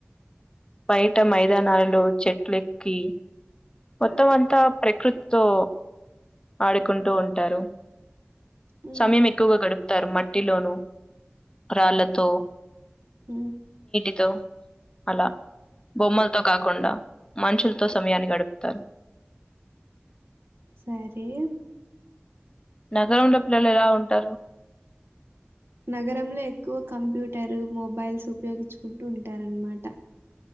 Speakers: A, on the left; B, on the right.
A: బయట మైదానాలలో చెట్లెక్కి మొత్తం
B: హ్మ్.
A: అంతా ప్రకృతితో ఆడుకుంటూ ఉంటారు
B: హ్మ్.
A: సమయం ఎక్కువగా గడుపుతారు మట్టిలోనూ రాళ్లతో
B: అ
A: తుఅలా బొమ్మల్ తు కాకుండా మనుషులతో సమయాన్ని గడుపుతారు
B: సరే
A: నగరంలో పిల్లలు ఎలా ఉంటారు
B: నగరంలో ఎక్కువ కంప్యూటరు మొబైల్స్ ఉపయోగించుకుంటూ ఉంటారన్నమాట